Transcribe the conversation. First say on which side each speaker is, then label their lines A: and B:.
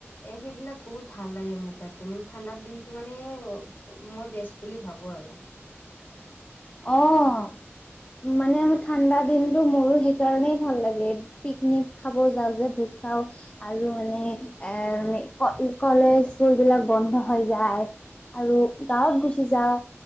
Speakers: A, on the left (about 50°); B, on the left (about 25°).
A: এ সেইবিলাক বহুত ভাল লাগে মোৰ তাতে ম ঠাণ্ডাৰ দিনটো মানে মই বেষ্ট বুলি ভাবোঁ আৰু।
B: অ', মানে ঠাণ্ডা দিনটো মোৰো সেইকাৰণেই ভাল লাগে। পিকনিক খাব যাওঁ যে ভোজ খাওঁ। আৰু মানে এ মানে ক কলেজ স্কুলবিলাক বন্ধ হৈ যায়। আৰু গাঁৱত গুচি যাওঁ,